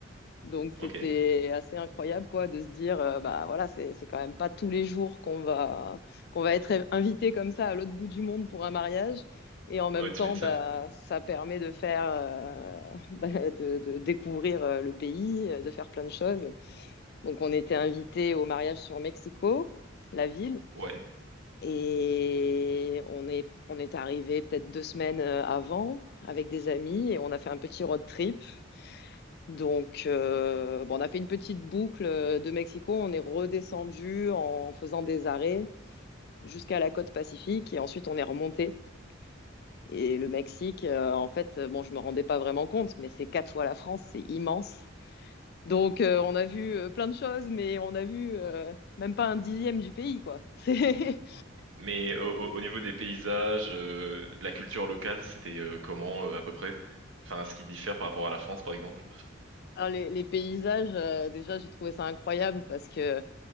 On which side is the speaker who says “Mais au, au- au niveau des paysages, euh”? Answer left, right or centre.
Right